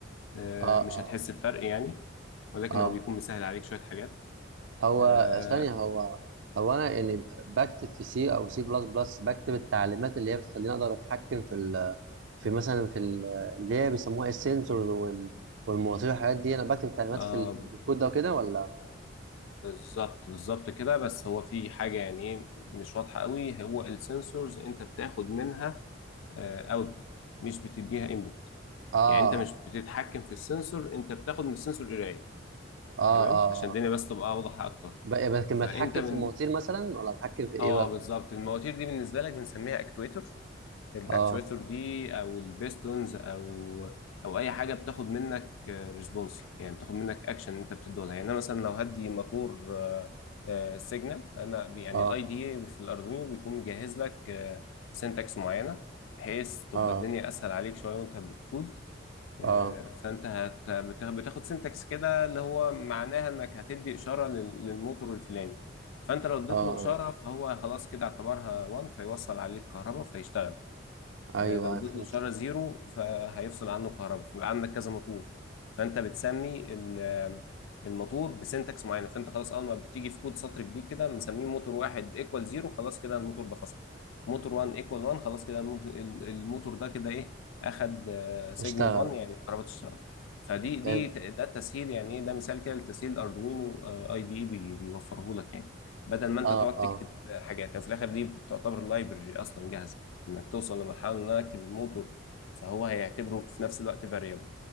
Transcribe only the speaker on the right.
اه
اه
اه
هو
ثانية هو هو انا يعني بكتب في سي او سي بلس بلس بكتب التعليمات اللي هي بتخليني اقدر اتحكم في ال في مثلا في ال اللي هي بيسموها السنسورز وال والمواطير والحاجات دي انا بكتب التعليمات
في ال- بالكود ده وكده ولا
اه
اه
اه
آه.
ب- لكن
بتحكم
في المواتير مثلا ولا بتحكم في ايه
بقى
اه
اه
اه
اه
اه
اه
ايوه
أيوة، فهمت
اشتغل
فهمت
اه
اه